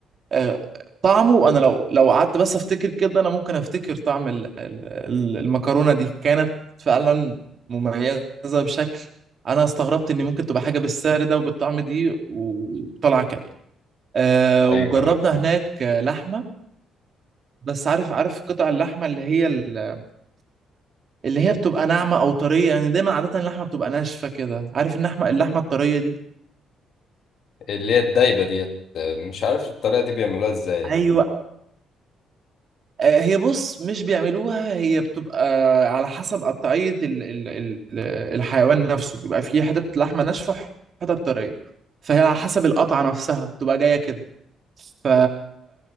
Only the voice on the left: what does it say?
ايوه ايوه فاهم
اللي هي الدايبه ديت آه، مش عارف الطريقه دي بيعملوها ازاي